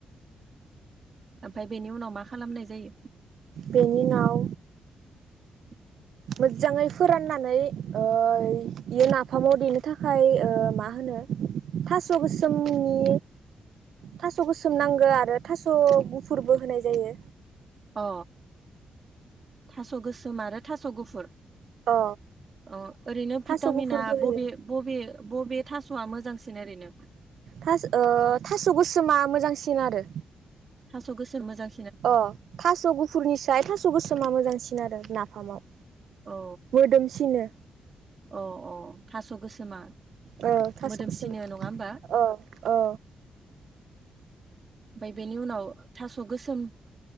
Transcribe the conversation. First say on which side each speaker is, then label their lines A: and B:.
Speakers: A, on the right; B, on the right.
A: ओमफ्राय बेनि उनाव मा खालामनाय जायो?
B: बेनि उनाव
A: <inaudible>
B: मोजाङै फोराननानै बियो नाफामाव देनो थाखाय मा होनो थास' गोसोमनि थास' गोसोम नांगौ आरो थास' गुफुरबो होनाय जायो
A: अ थास' गोसोम आरो थास' गुफुर
B: अ
A: औ ओरैनो
B: थास'
A: भिटामिना
B: गुफुरबो होयो
A: बबे बबे बबे थास'आ मोजांसिन ओरैनो
B: थास थास' गोसोमा मोजांसिन आरो
A: थाब गोसोम मोजां
B: अ थास' गुफुरनिसाय थास' गोसोमा मोजांसिन आरो नाफामाव
A: औ
B: मोदोमसिनो
A: अ अ थास' गोसोमा
B: औ थास'
A: मोदोमसिनो
B: गोसोमा
A: नङा होमबा
B: ओ ओ
A: ओमफ्राय बेनि उनाव थास' गोसोम